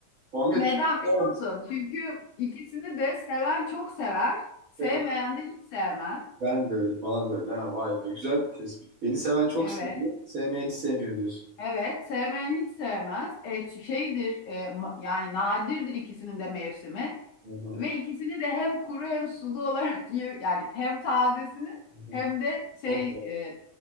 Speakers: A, on the right (about 50°); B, on the left (about 85°).
A: Bamya
B: Neden
A: tüm tamam.
B: biliyor musun? Çünkü ikisini de seven çok sever, sevmeyen
A: Ben-
B: de hiç sevmez.
A: Ben de öyle, bana da öyle. Ha, vay be. Güzel tespit. Beni seven çok
B: Evet,
A: seviyor, sevmeyen hiç sevmiyor diyorsun.
B: evet, sevmeyen hiç sevmez. E, şeydir, e, ma- yani nadirdir ikisinin de mevsimi.
A: Hı hı,
B: Ve ikisini de hem kuru hem sulu <laughs> olarak yiyor. Yani hem tazesini
A: hı hı.
B: hem de şey
A: Okey.
B: e,